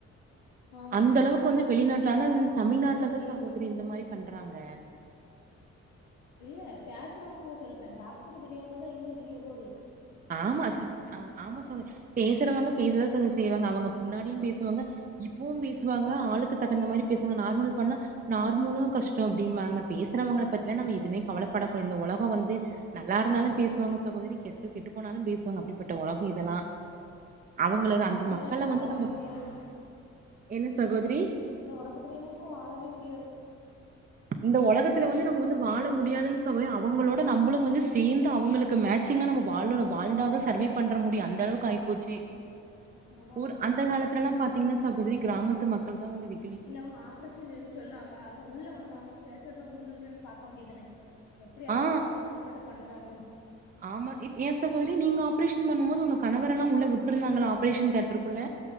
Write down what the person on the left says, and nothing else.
ஆமா
ஆமா
டாக்டருக்கு தெரியு
இல்ல பேசுறவங்கள சொல்றே டாக்டருக்கு தெரியாததா இவங்களுக்கு தெரிய போது
ஆமா
ஆமா
ஆமா
இந்த உலகத்துலல்லா
இப்ப
வாழவே
முடியாது
இந்த உலகத்துலயிலா இப்ப வாழவே முடியாது
அதா
இல்ல அவங்க ஆப்ரேஷன் சேதி சொல்லுவாங்க அப்ப உள்ள வந்து அவங்க தேட்டர்ல வந்து உள்ள நின்னு பாக்க வேண்டியது தான எப்டி அத
எவ்ளோ கஷ்டப்பட்டு பண்றாங்கனு